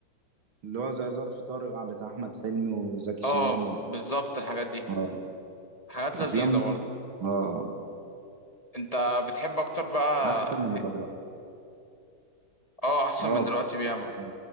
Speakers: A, on the right; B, on the left.
A: اللي هو زي ظرف طارق آه، بتاع احمد حلمي وزكي
B: اه
A: شان و...
B: بالظبط الحاجات دي
A: اه
B: حاجات لذيذة
A: افلام
B: برضه
A: اه
B: انت بتحب اكتر بقى
A: احسن من
B: إيه؟
A: بتوع دلوقتي
B: اه احسن
A: اه
B: من دلوقتي بياما
A: م.